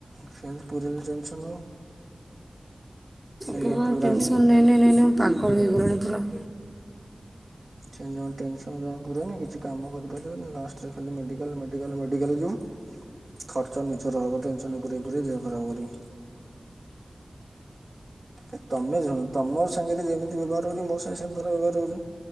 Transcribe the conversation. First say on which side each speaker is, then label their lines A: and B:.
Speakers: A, on the right; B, on the right.
A: ସେମିତି ପୁରେଇଲେ ଟେନସନ।
B: କୁହ
A: ଆମେ ପୁରାନି
B: ଟେନସନ୍ ନେଇ ନେଇ ନେଇ ନେଇ ମୁଁ ପାଗଳ ଦେଇଗଲିଣି ପୁରା।
A: ସେ ଜମା ଟେନସନୂ ଜମା ପୁରାନି କିଛି କାମ କରିପାରିବନି ଲାଷ୍ଟରେ ଖାଲି ମେଡିକାଲ୍ ମେଡିକାଲ୍ ମେଡିକାଲ୍ ଯିବ। ଖର୍ଚ୍ଚ ନିଜର ହବ ଟେନସନ୍ ପୁରେଇ ପୁରେଇ ଦେହ ଖରାପ କରି। ଏ ତୋମେ ଶୁଣ ତୋମ ସାଙ୍ଗରେ ଯେମିତି ବ୍ୟବହାର ହଉଚି ମୋ ସାଙ୍ଗେ ସେମତି ଧର ବ୍ୟବହାର ହଉଚୁ।